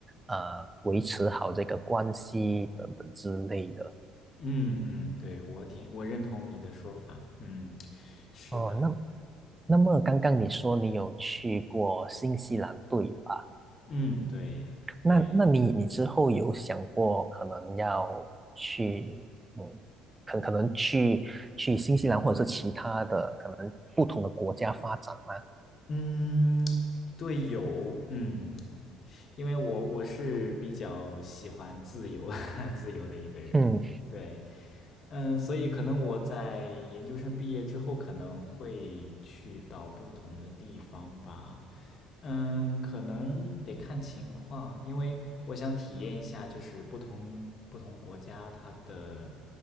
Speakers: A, on the right; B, on the left.
A: 呃维持好这个关系等等之类的。
B: 嗯嗯，对，我挺我认同你的说法。嗯，是的，
A: 哦，那那么刚刚你说你有去过新西兰，对吧？
B: 嗯，对呀，
A: 那那你你之后有想过可能要去，
B: 对呀，
A: 嗯，可可能去去新西兰或者是其他的可能不同的国家发展吗？
B: 嗯，对，有，嗯，因为我我是比较喜欢自由 <laughs> 自由的一个人，
A: 嗯，
B: 对，嗯，所以可能我在研究生毕业之后，可能会去到不同的地方吧，嗯，可能得看情况，因为我想体验一下，就是不同不同国家它的，